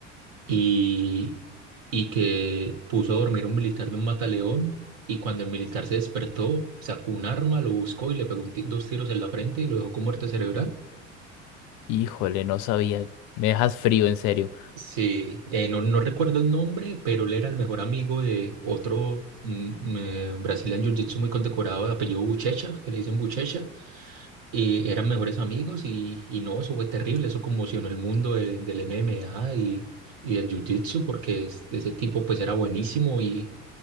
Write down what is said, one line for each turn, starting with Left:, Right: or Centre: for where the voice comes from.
Right: y, y que puso a dormir a un militar de un mataleón y cuando el militar se despertó sacó un arma, lo buscó y le pegó un ti- dos tiros en la frente y lo dejó con muerte cerebral.
Left: Híjole, no sabía. Me dejas frío, en serio.
Right: Sí, eh, no, no recuerdo el nombre, pero él era el mejor amigo de otro mm, eh, brasileño en Jiu-Jitsu muy condecorado de apellido Buchecha, que le dicen Buchecha. Y eran mejores amigos y, y no, eso fue terrible, eso conmocionó el mundo de- del MMA y, y del Jiu-Jitsu porque es- ese tipo pues era buenísimo y,